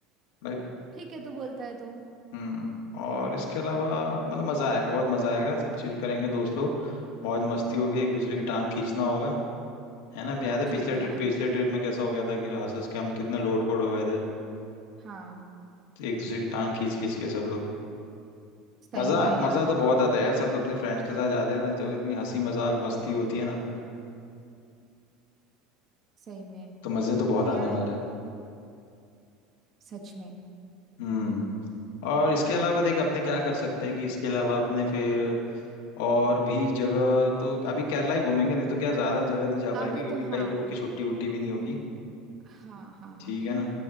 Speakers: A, on the left; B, on the right.
A: भाई
B: ठीक है तू बोलता है तो
A: हम्म और इसके अलावा मतलब मजा आएगा बहुत मजा आएगा सब चिल करेंगे दोस्त लोग मौज मस्ती होगी एक दूसरे की टांग खींचना होगा है ना याद है
B: ठीक
A: पिछले ट्रिप
B: है
A: पिछले ट्रिप में कैसा हो गया था कि जो हंस हंस के हम कितने लोट पोट हो गए थे
B: हाँ
A: तो एक दूसरे की टांग खींच खींच के सब लोग
B: सही
A: मजा
B: में यार
A: मजा तो बहुत आता है यार सब अपने फ्रेंड्स के साथ जाते हैं ना जो इतनी हंसी मजाक मस्ती होती है ना
B: सही में
A: तो मजे तो बहुत
B: और यार
A: आने वाले हैं
B: सच में
A: हम्म और इसके अलावा देख अपने क्या कर सकते हैं कि इसके अलावा अपने फिर और भी जगह तो अभी केरला ही घूमेंगे नहीं तो क्या ज्यादा जगह नहीं जा
B: अभी
A: पाएंगे क्योंकि
B: तो हाँ
A: कई लोग की छुट्टी वुट्टी भी नहीं होगी
B: हाँ हाँ हाँ
A: ठीक है ना